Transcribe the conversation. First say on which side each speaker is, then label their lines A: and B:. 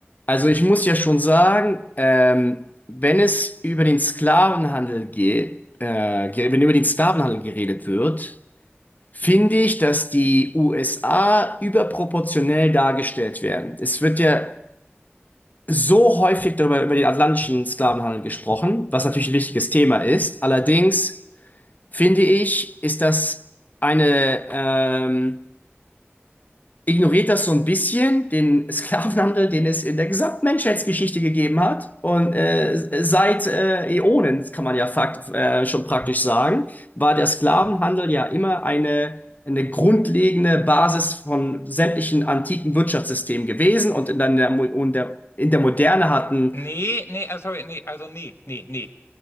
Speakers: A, on the left; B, on the left.
A: Also ich muss ja schon sagen, ähm, wenn es über den Sklavenhandel geht, äh, ge- wenn über den Sklavenhandel geredet wird, finde ich, dass die USA überproportionell dargestellt werden. Es wird ja so häufig darüber über den atlantischen Sklavenhandel gesprochen, was natürlich ein wichtiges Thema ist. Allerdings finde ich, ist das eine ähm, ignoriert das so ein bisschen, den Sklavenhandel, den es in der gesamten Menschheitsgeschichte gegeben hat. Und äh, seit äh, Äonen, kann man ja fakt, äh, schon praktisch sagen, war der Sklavenhandel ja immer eine, eine grundlegende Basis von sämtlichen antiken Wirtschaftssystemen gewesen. Und in der, und der, in der Moderne hatten
B: Nee, nee, äh, sorry, nee, also nee, nee, nee.